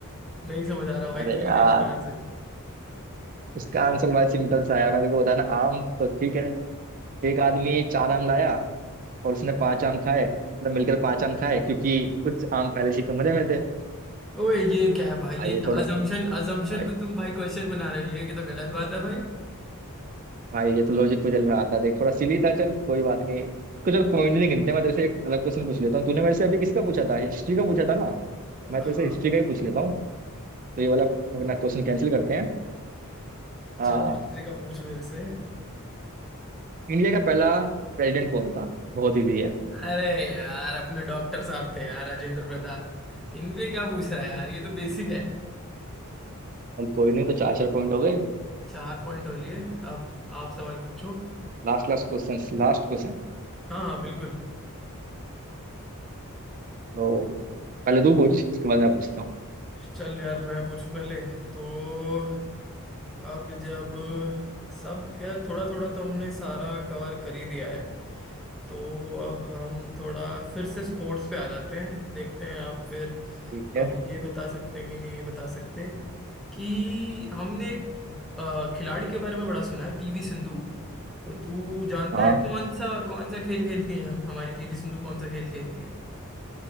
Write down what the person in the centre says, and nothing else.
नहीं समझ आ रहा भाई
तू ही
दे इसका आंसर
ओए ये क्या है भाई
ये
क्या
अजम्पशन
अजम्पशन
पे तुम भाई क्वेश्चन बना रहे हो ये तो गलत बात है भाई
हाँ
चल हिस्ट्री का पूछ मेरे से
अरे यार अपने डॉक्टर साहब थे यार राजेंद्र प्रसाद इनपे क्या पूछ रहा है यार ये तो बेसिक है
चार पॉइंट हो लिए अब आप सवाल पूछो
हाँ हाँ बिल्कुल
चल यार मैं पूछूं पहले तो अब जब सब क्या थोड़ा थोड़ा तो हमने सारा कवर कर ही दिया है तो अब हम थोड़ा फिर से स्पोर्ट्स पे आ जाते हैं देखते हैं आप फिर
अब ये बता सकते हैं कि नहीं बता सकते कि हमने एक अ, खिलाड़ी के बारे में बड़ा सुना है पीवी सिंधु तो तू जानता
है कौन सा कौन सा खेल खेलती हैं हमारी पीवी सिंधु कौन सा खेल खेलती है